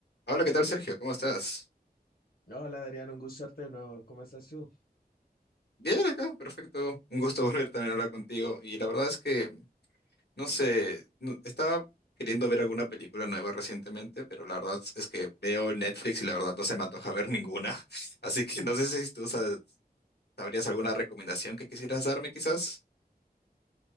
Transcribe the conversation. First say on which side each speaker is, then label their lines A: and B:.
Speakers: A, on the left; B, on the left.
A: Hola, ¿qué tal, Sergio? ¿Cómo estás?
B: Hola Adrián, un gusto verte de nuevo. ¿Cómo estás tú?
A: Bien acá, perfecto. Un gusto volver también a hablar contigo. Y la verdad es que, no sé, no- estaba queriendo ver alguna película nueva recientemente, pero la verdad es que veo Netflix y la verdad no se me antoja ver ninguna. <laughs> Así que no sé si tú sa- sabrías alguna recomendación que quisieras darme, quizás.